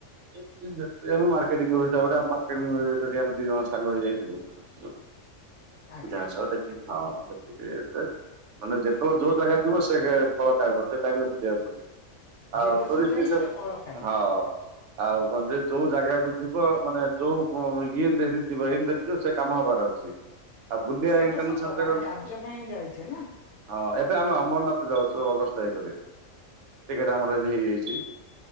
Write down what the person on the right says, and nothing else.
<unintelligible> ଆମେ ଦି ଜଣ ସାଙ୍ଗ ଯାଇଥିଲୁ।
ଯାହା ସହ ଦେଖି ହଁ ଦେଖିକି ମାନେ ଯେତେକ ଯୋଉ ଜାଗା ଯିବ ସେ ଫଳ ପାଇବ ସେ ଟାଇପ ରେ ବୁଝେଇବାକୁ ପଡିବ।
ଆଉ
ଟୁରିଷ୍ଟି
ସ
ହଁ। ଆଉ ତମେ ଯୋଉ ଜାଗାକୁ ଯିବ ମାନେ ଯୋଉ ଇଏ ଧରି କି ଯିବ ଏମତି ଧରିକି ଯିବ ସେ କାମ ହବାର ଅଛି ଆଉ ବୁଲିଆ
ଇଣ୍ଟେନସନ
ରେ
ଗଲେ
ହଁ ଏବେ ଆମେ ଅମରନାଥ ଯାଉଚୁ ଅଗଷ୍ଟ ତାରିଖରେ ଟିକେଟ ଆମର ଏବେ ହେଇଯାଇଚି।